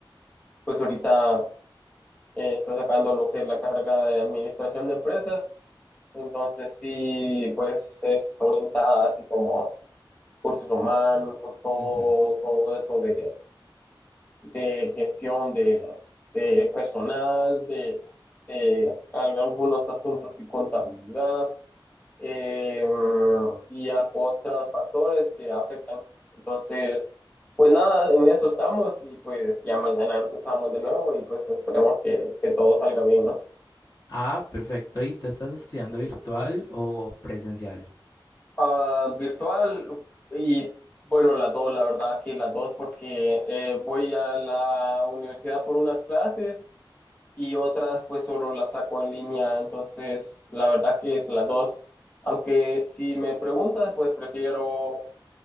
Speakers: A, on the left; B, on the left.
A: pues ahorita... eh, está sacando lo que es la carrera de administración de empresas, entonces sí, pues es orientada así como cursos humanos, pues, todo,
B: Ujú.
A: todo eso de, de gestión de, de personal, de, de al- algunos asuntos de contabilidad eh, y algo otros factores que afectan. Entonces, pues nada, en eso estamos y pues ya mañana empezamos de nuevo y pues esperemos que, que todo salga bien, ¿no?
B: Ah, perfecto. ¿Y tú estás estudiando virtual o presencial?
A: Ah, virtual y bueno, las dos, la verdad que las dos porque eh, voy a la universidad por unas clases y otras pues solo las saco en línea, entonces la verdad que es las dos. Aunque si me preguntas, pues prefiero